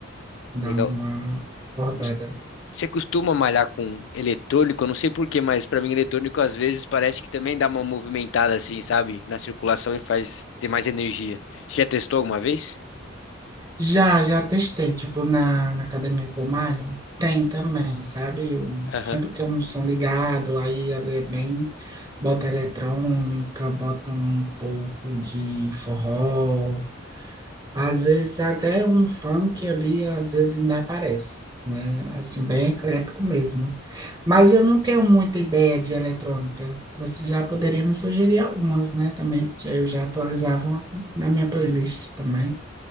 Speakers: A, on the right (about 20°); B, on the left (about 65°).
A: dá
B: Legal.
A: uma acordada.
B: Os- Você costuma malhar com eletrônico? Eu não sei por quê, mas pra mim eletrônico às vezes parece que também dá uma movimentada assim, sabe? Na circulação e faz ter mais energia. Você já testou alguma vez?
A: Já, já testei, tipo, na, na academia que eu malho, tem também, sabe? Um-
B: Aham,
A: sempre tem um som ligado, aí ali é bem, bota eletrônica, bota um pouco de forró, às vezes até um funk ali, às vezes ainda aparece, né? Assim, bem eclético mesmo. Mas eu não tenho muita ideia de eletrônica. Você já poderia me sugerir algumas, né? Também, que aí eu já atualizava na minha playlist também.